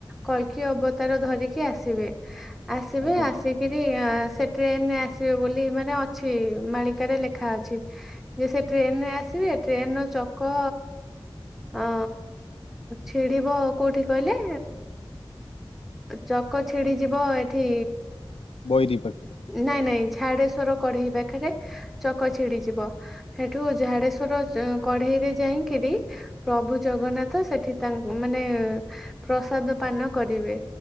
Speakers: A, in the centre; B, on the left (about 85°).
A: କଳ୍କି ଅବତାର ଧରିକି ଆସିବେ। ଆସିବେ
B: ଆଜ୍ଞା
A: ଆସି କିରି ସେ ଟ୍ରେନରେ ଆସିବେ ବୋଲି ମାନେ ଅଛି ମାଳିକାରେ ଲେଖା ଅଛି। ଯେ ସେ ଟ୍ରେନରେ ଆସିବେ ଟ୍ରେନର ଚକ ଅ ଛିଡିବ କୋଉଠି କହିଲେ? ଚକ ଛିଡି ଯିବ ଏଠି
B: ବୈରୀ ପାଖରେ
A: ନାଇଁ ନାଇଁ ଝାଡେଶ୍ଵର କଢେଇ ପାଖରେ ଚକ ଛିଡିଯିବ। ହେଠୁ ଝାଡେଶ୍ଵର କଢେଇ ରେ ଯାଇକିରି ପ୍ରଭୁ ଜଗନ୍ନାଥ ସେଠି ତା ମାନେ ପ୍ରସାଦ ପାନ କରିବେ।